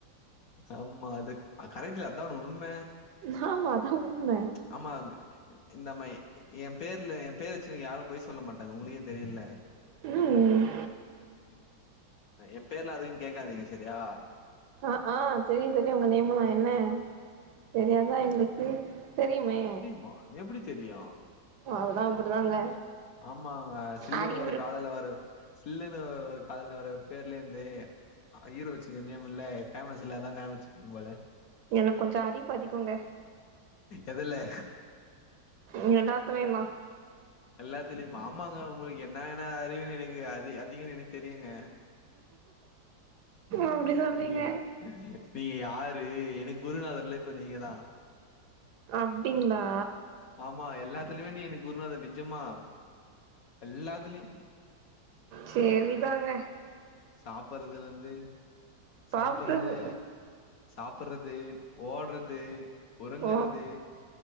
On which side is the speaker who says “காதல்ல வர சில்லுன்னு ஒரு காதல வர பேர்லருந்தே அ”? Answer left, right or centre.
Left